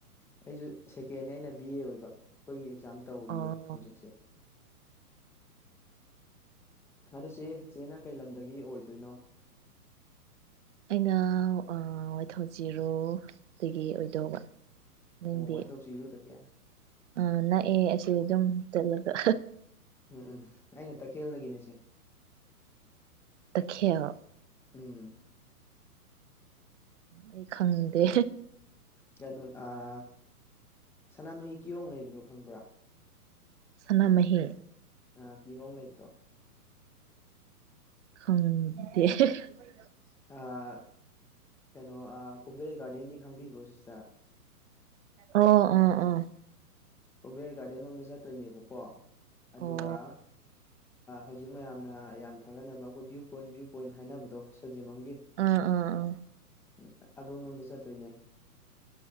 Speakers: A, in the centre; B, on the right (about 50°).
A: ꯑꯩꯁꯨ ꯁꯦꯀꯦꯟꯅꯦ ꯑꯩꯅ ꯕꯤ ꯑꯦ ꯑꯣꯏꯕ ꯑꯩꯈꯣꯏꯒꯤ ꯑꯦꯛꯖꯥꯝ ꯇꯧꯔꯤꯌꯦ
B: ꯑꯣ
A: ꯍꯧꯖꯤꯛꯁꯦ ꯑꯗꯨ ꯆꯦ ꯆꯦꯅ ꯀꯩ ꯂꯝꯗꯒꯤ ꯑꯣꯏꯗꯣꯏꯅꯣ
B: ꯑꯩꯅ ꯋꯥꯏꯊꯧꯖꯤꯔꯣ ꯗꯗꯒꯤ ꯑꯣꯏꯗꯧꯕ ꯅꯪꯗꯤ
A: ꯑꯣ ꯋꯥꯏꯊꯧ ꯆꯤꯔꯨꯗꯒꯤ
B: ꯑ ꯅꯛꯑꯦ ꯑꯁꯤ ꯑꯗꯨꯝ ꯆꯠꯂꯒ
A: ꯎꯝ ꯑꯩꯅ ꯇꯈꯦꯜꯗꯒꯤꯅꯦꯁꯦ꯫
B: ꯇꯈꯤꯌ
A: ꯎꯝ
B: ꯎꯝ ꯈꯪꯗꯦ꯫
A: ꯀꯩꯅꯣ ꯑꯥ ꯁꯅꯥꯃꯍꯤ ꯀꯤꯌꯣꯡ ꯂꯩꯕꯗꯣ ꯈꯪꯕ꯭ꯔꯥ
B: ꯁꯅꯥꯃꯍꯤ
A: ꯑ ꯀꯍꯣꯡ ꯂꯩꯕꯇꯣ
B: ꯈꯪꯗꯦ꯫ <inaudible>
A: ꯑꯥ ꯀꯩꯅꯣ ꯀꯨꯝꯕꯤꯔꯩ ꯒꯥꯔꯗꯦꯟꯗꯤ ꯈꯪꯕꯤꯕ꯭ꯔꯣ ꯁꯤꯁꯇꯔ
B: ꯑꯣ ꯑꯣ ꯑꯣ
A: ꯀꯣꯕꯦꯔꯩ ꯒꯥꯔꯗꯦꯟ ꯂꯣꯝꯗ ꯆꯠꯇꯣꯏꯅꯦꯕꯀꯣ
B: ꯑꯣ
A: ꯑꯗꯨꯒ ꯍꯧꯖꯤꯛ ꯃꯌꯥꯝꯅ ꯌꯥꯝ ꯊꯥꯒꯠꯅꯕ ꯑꯩꯈꯣꯏ ꯚ꯭ꯌꯨ ꯄꯣꯏꯟ ꯚ꯭ꯌꯨ ꯄꯣꯏꯟ ꯍꯥꯏꯅꯕꯗꯣ ꯁꯟꯖꯦꯃꯝꯒꯤ꯫
B: ꯑꯥ ꯑꯥ ꯑꯥ
A: ꯎ ꯑꯗꯣꯝ ꯅꯣꯝꯗ ꯆꯠꯇꯣꯏꯅꯦ